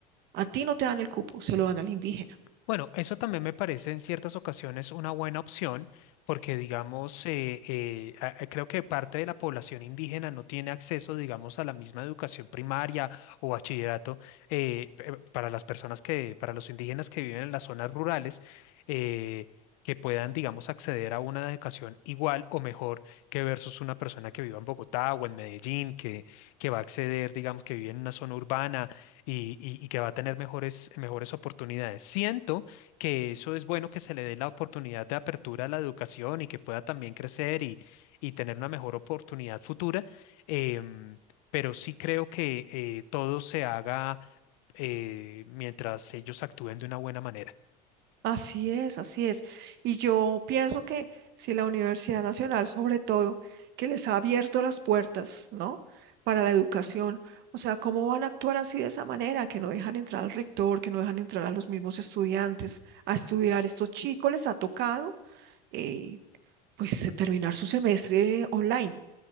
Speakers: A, on the right (about 60°); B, on the left (about 70°).
A: a ti no te dan el cupo, se lo dan al indígena.
B: Bueno, eso también me parece en ciertas ocasiones una buena opción, porque digamos, eh, eh, a- a- creo que parte de la población indígena no tiene acceso, digamos, a la misma educación primaria o bachillerato eh, pe- para las personas que, para los indígenas que viven en las zonas rurales, eh, que puedan, digamos, acceder a una educación igual o mejor que versus una persona que viva en Bogotá o en Medellín, que, que va a acceder, digamos, que vive en una zona urbana y, y- y que va a tener mejores, mejores oportunidades. Siento que eso es bueno que se le dé la oportunidad de apertura a la educación y que pueda también crecer y, y tener una mejor oportunidad futura, em, pero sí creo que eh, todo se haga eh, mientras ellos actúen de una buena manera.
A: Así es, así es. Y yo pienso que si la Universidad Nacional, sobre todo, que les ha abierto las puertas, ¿no? Para la educación, o sea, ¿cómo van a actuar así de esa manera? Que no dejan entrar al rector, que no dejan entrar a los mismos estudiantes a estudiar. Estos chicos les ha tocado, eh, pues, terminar su semestre online.